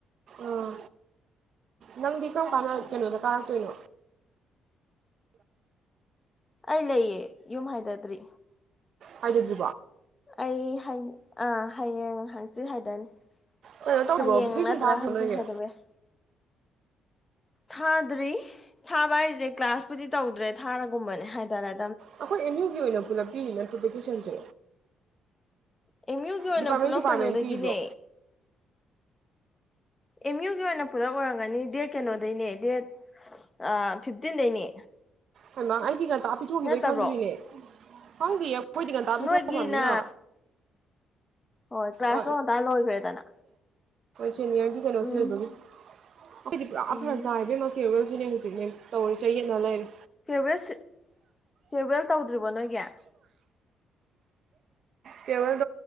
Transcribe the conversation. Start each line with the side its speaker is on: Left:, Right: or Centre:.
Right: ꯑꯥ ꯅꯪꯗꯤ ꯀꯔꯝ ꯀꯥꯟ ꯀꯩꯅꯣꯗ ꯀꯥꯔꯛꯇꯣꯏꯅꯣ
Left: ꯑꯩ ꯂꯩꯌꯦ ꯌꯨꯝ ꯍꯥꯏꯊꯗ꯭ꯔꯤ
Right: ꯍꯥꯏꯗꯗ꯭ꯔꯤꯕꯣ
Left: ꯑꯩ ꯍꯩꯪ ꯑꯥ ꯍꯌꯦꯡ ꯍꯪꯆꯤꯠ ꯍꯥꯏꯗꯅꯤ
Right: ꯀꯩꯅꯣ ꯇꯧꯔꯤꯕꯣ
Left: ꯍꯌꯦꯡ
Right: ꯚꯦꯛꯁꯟ
Left: ꯅꯠꯇ꯭ꯔꯥ
Right: ꯊꯥꯗ꯭ꯔꯤꯕꯣ
Left: ꯍꯪꯆꯤꯠ
Right: ꯅꯣꯏꯒꯤ
Left: ꯍꯥꯏꯗꯕ ꯌꯥꯏ ꯊꯥꯗ꯭ꯔꯤ ꯊꯥꯕ ꯍꯥꯏꯁꯦ ꯀ꯭ꯂꯥꯁꯄꯨꯗꯤ ꯇꯧꯗ꯭ꯔꯦ ꯊꯥꯔꯒꯨꯝꯕꯅꯦ ꯍꯥꯏꯇꯥꯔꯦ
Right: ꯑꯩꯈꯣꯏ ꯑꯦꯝ ꯌꯨꯒꯤ ꯑꯣꯏꯅ ꯄꯨꯂꯞꯄꯤꯔꯤ ꯅꯇ꯭ꯔꯣ ꯚꯦꯀꯦꯁꯟꯁꯦ
Left: ꯑꯦꯝ ꯌꯨꯒꯤ ꯑꯣꯏꯅ
Right: ꯗꯤꯄꯥꯔꯠꯃꯦꯟ
Left: ꯄꯨꯂꯞ
Right: ꯗꯤꯄꯥꯔꯠꯃꯦꯟ
Left: ꯀꯩꯅꯣꯗꯒꯤꯅꯦ
Right: ꯄꯤꯕ꯭ꯔꯣ
Left: ꯑꯦꯝ ꯌꯨꯒꯤ ꯑꯣꯏꯅ ꯄꯨꯂꯞ ꯑꯣꯏꯔꯝꯒꯅꯤ ꯗꯦꯠ ꯀꯩꯅꯣꯗꯩꯅꯦ ꯗꯦꯠ ꯏꯁ ꯑ ꯐꯤꯐꯇꯤꯟꯗꯩꯅꯦ
Right: ꯍꯩꯃꯥ ꯑꯩꯗꯤ ꯉꯟ ꯇꯥ ꯄꯤꯊꯣꯛꯈꯤꯕꯩ
Left: ꯅꯠꯇꯕ꯭ꯔꯣ
Right: ꯈꯪꯗ꯭ꯔꯤꯅꯦ ꯗꯪꯗꯤꯌꯦ ꯑꯩꯈꯣꯏꯗꯤ ꯀꯟꯇꯥ ꯄꯤꯊꯣꯛꯈ꯭ꯔꯕꯅꯤꯅ
Left: ꯅꯣꯏꯒꯤꯅ ꯍꯣꯏ ꯀ꯭ꯂꯥꯁꯇꯣ
Right: ꯑ,
Left: ꯉꯟꯇ ꯂꯣꯏꯈ꯭ꯔꯦꯗꯅ
Right: ꯆꯦꯟꯅꯤꯌꯔꯒꯤ ꯀꯩꯅꯣꯁꯤ
Left: ꯎꯝ
Right: ꯂꯩꯕꯒꯤ ꯁꯤꯗꯤ ꯄꯨꯔꯥ
Left: ꯎꯝ
Right: ꯐꯔꯛ ꯇꯥꯢ ꯏꯕꯦꯝꯃ ꯐꯦꯋꯦꯜꯖꯨ ꯍꯌꯦꯡ ꯍꯪꯖꯤꯛ ꯂꯩ ꯇꯧꯔꯦ ꯆꯌꯦꯠꯅ ꯂꯩꯔꯦ
Left: ꯐꯤꯔꯋꯦꯜꯁꯤꯠ ꯐꯤꯔꯋꯦꯜ ꯇꯧꯗ꯭ꯔꯤꯕꯣ ꯅꯣꯏꯒꯤ
Right: ꯐꯦꯌꯔꯋꯦꯜ